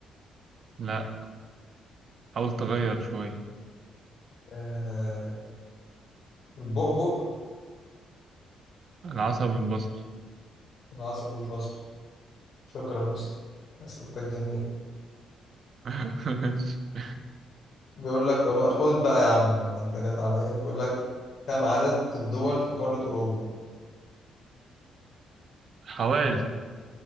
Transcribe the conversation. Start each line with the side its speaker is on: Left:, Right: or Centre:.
Right: لا حاول تغير شوية
Left: آه البؤبؤ
Right: العصب البصري
Left: العصب البصري شكرا يا اسطى أسئلتك جميلة
Right: <laughs>
Left: بيقول لك طب خد بقى يا عم يعني انت جت عليا بيقول لك كم عدد الدول في قارة أوروبا؟
Right: حوالي
Left: آه،